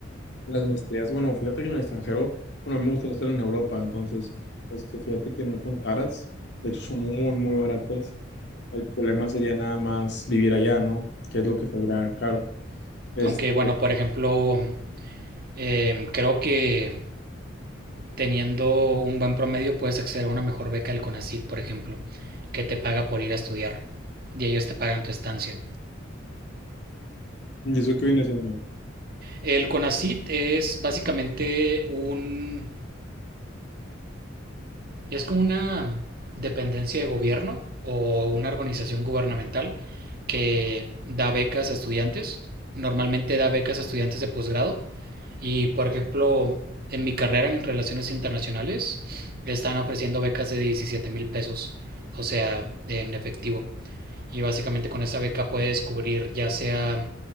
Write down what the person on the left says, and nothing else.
Las maestrías, bueno, fíjate que en el extranjero, bueno, a mí me gusta estar en Europa, entonces, este, fíjate que no son caras, de hecho son muy, muy baratas. El problema sería nada más vivir allá, ¿no? que es lo que saldrá caro? Es,
¿y eso qué viene siendo?